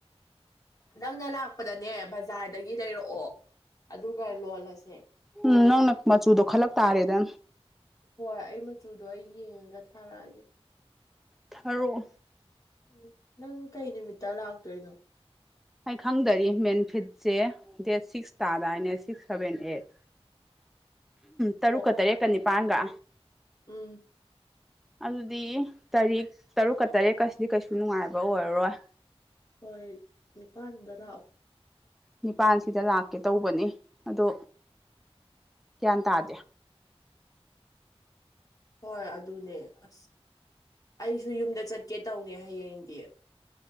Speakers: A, on the left; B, in the centre.
A: ꯅꯪꯅ ꯂꯥꯛꯄꯗꯅꯦ ꯕꯖꯥꯔꯗꯒꯤ ꯂꯩꯔꯛꯑꯣ ꯑꯗꯨꯒ ꯂꯣꯜꯂꯁꯦ
B: ꯎꯝ ꯅꯪꯅ ꯃꯆꯨꯗꯣ ꯈꯜꯂꯛ ꯇꯥꯔꯦꯗ
A: ꯍꯣꯏ ꯑꯩ ꯃꯆꯨꯗꯣ ꯑꯩ ꯌꯦꯡꯉꯒ ꯊꯥꯔꯛꯑꯒꯦ
B: ꯊꯥꯔꯛꯑꯣ
A: ꯎꯝ ꯅꯪ ꯀꯩ ꯅꯨꯃꯤꯠꯇ ꯂꯥꯛꯇꯣꯏꯅꯣ
B: ꯑꯩ ꯈꯪꯗꯔꯤ ꯃꯦꯟꯐꯤꯠꯁꯦ ꯗꯦꯠ ꯁꯤꯛꯁ ꯇꯥꯗꯥꯏꯅꯦ ꯁꯤꯛꯁ ꯁꯚꯦꯟ ꯑꯩꯠ
A: ꯎꯝ
B: ꯇꯔꯨꯛꯀ ꯇꯔꯦꯠꯀ ꯅꯤꯄꯥꯟꯒ
A: ꯎꯝ
B: ꯑꯗꯨꯗꯤ ꯇꯔꯤꯛ ꯇꯔꯨꯛꯀ ꯇꯔꯦꯠꯀꯁꯤꯗꯤ ꯀꯩꯁꯨ ꯅꯨꯡꯉꯥꯏꯕ ꯑꯣꯏꯔꯔꯣꯏ
A: ꯍꯣꯏ ꯅꯤꯄꯥꯥꯟꯗ ꯂꯥꯛꯑꯣ
B: ꯅꯤꯄꯥꯟꯁꯤꯗ ꯂꯥꯛꯀꯦ ꯇꯧꯕꯅꯤ ꯑꯗꯣ ꯒ꯭ꯌꯥꯟ ꯇꯥꯗꯦ
A: ꯍꯣꯏ ꯑꯗꯨꯅꯦ ꯑꯁ ꯑꯩꯁꯨ ꯌꯨꯝꯗ ꯆꯠꯀꯦ ꯇꯧꯅꯦ ꯍꯌꯦꯡꯗꯤ